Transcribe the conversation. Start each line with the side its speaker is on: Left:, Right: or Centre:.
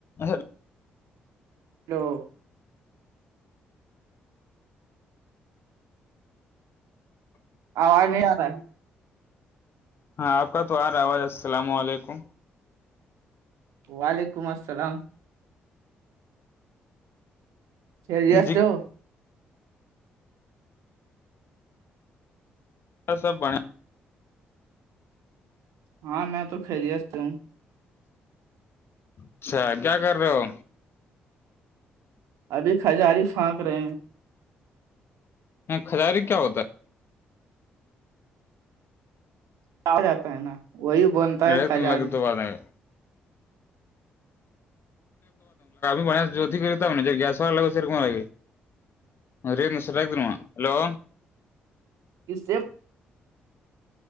Left: hello
Right: hello آواز نہیں آ رہا ہے
Left: ہاں آپ کا تو آ رہاواز السلام علیکم
Right: وعلیکم السلام سجی آستے
Left: جی
Right: ہو
Left: س سب بنے
Right: ہاں میں تو خریست ت ہوں
Left: اچھا کیا کر رہے ہو
Right: ابھی کھزاری پھانک رہے ہیں
Left: کھزاریے کیا ہوتا ہے
Right: کہ جاتا ہے نا وہی بنتا ہے
Left: ایک
Right: خھزاری
Left: دن لگے تو بات آئے بیا جوتاا جو گیس ہوا لگے سرم لگے ارے مسلہ دما ہیلو
Right: اس سے